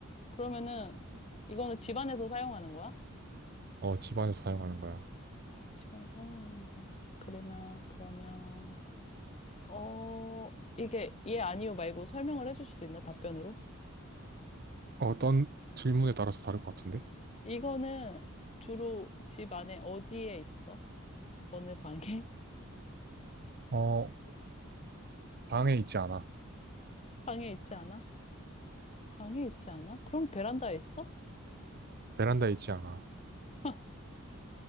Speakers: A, on the left; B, on the right.
A: 그러면은, 이거는 집안에서 사용하는 거야?
B: 어, 집안에서 사용하는 거야.
A: 집안에서 사용하는 거야? 그러면, 그러면, 어, 이게 예, 아니요 말고 설명을 해줄 수도 있나? 답변으로?
B: 어떤 질문에 따라서 다를 것 같은데?
A: 이거는 주로 집 안에 어디에 있어? 어느 방에? <laughs>
B: 어, 방에 있지 않아.
A: 방에 있지 않아? 방에 있지 않아? 그럼 베란다에 있어?
B: 베란다에 있지 않아.
A: <laughs>